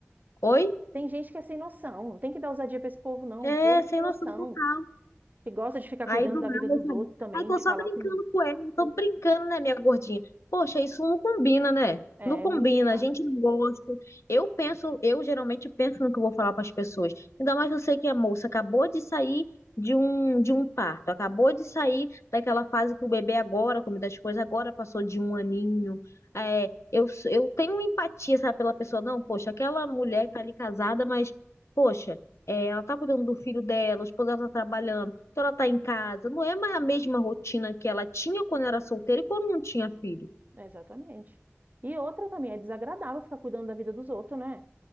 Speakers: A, on the left; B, on the right.
A: Oi?
B: Tem gente que é sem noção. Não tem que dar ousadia pra esse povo, não.
A: É,
B: O povo
A: sem
B: sem noção.
A: noção total.
B: Que gosta de ficar
A: Aí
B: cuidando
A: do
B: da
A: nada,
B: vida dos
A: sabe?
B: outros também,
A: Aí tô
B: de
A: só
B: falar
A: brincando
B: que não.
A: com ele, tô brincando, né, minha gordinha? Poxa, isso não combina, né?
B: É,
A: Não combina,
B: é muito chato.
A: a gente não gosta. Eu penso, eu geralmente penso no que eu vou falar para as pessoas. Ainda mais eu sei que a moça acabou de sair de um, de um parto, acabou de sair daquela fase que o bebê agora, come das coisas, agora passou de um aninho. É, eu, eu tenho empatia, sabe, pela pessoa. Não, poxa, aquela mulher tá ali casada, mas, poxa, é, ela tá cuidando do filho dela, o esposo dela tá trabalhando. Então ela tá em casa. Não é mais a mesma rotina que ela tinha quando era solteira e quando não tinha filho.
B: Exatamente. E outra também, é desagradável ficar cuidando da vida dos outros, né?